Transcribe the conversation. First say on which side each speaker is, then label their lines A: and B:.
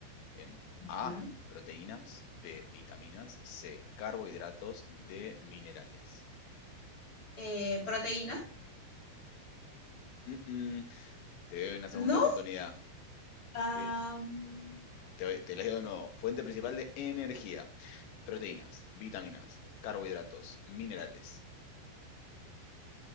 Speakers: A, on the left; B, on the left.
A: Bien. A,
B: ¿Mm?
A: proteínas, B, vitaminas, C, carbohidratos, D, minerales.
B: Eh, proteína.
A: Mm, mm, Te doy una segunda
B: No.
A: oportunidad.
B: am,
A: Te, te doy- te las digo de nuevo. Fuente principal de energía. Proteínas, vitaminas, carbohidratos, minerales.